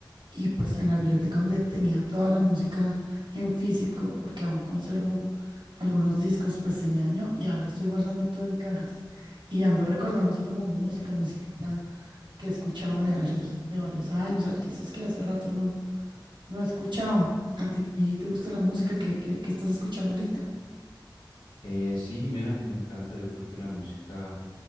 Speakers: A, on the right; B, on the left.
A: y pues en la biblioteca donde tenía toda la música en físico, porque aún conservo algunos discos, pues se me dañó y ahora estoy guardando todo en cajas y ando recordando así como música, música que he escuchado de varios, de varios años, artistas que hace rato no no escuchaba. ¿A ti te gusta la música que, que- que estás escuchando ahorita?
B: Eh, sí, Jimena, me encanta. Yo creo que la música,